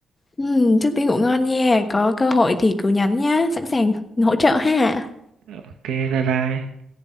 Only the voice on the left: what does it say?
ừ, trước tiên ngủ ngon nha có cơ hội thì cứ nhắn nhá sẵn sàng hỗ trợ ha